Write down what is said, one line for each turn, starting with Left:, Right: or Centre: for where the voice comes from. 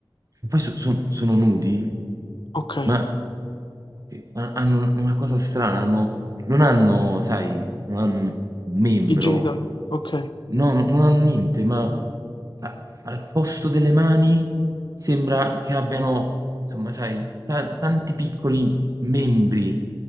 Right: poi so son sono nudi?
Left: Ok,
Right: Ma che ha hanno una cosa strana, hanno non hanno sai, non hanno un membro,
Left: i genitali. Ok.
Right: no, non non hanno niente, ma a al posto delle mani sembra che abbiano, insomma sai, ta tanti piccoli membri,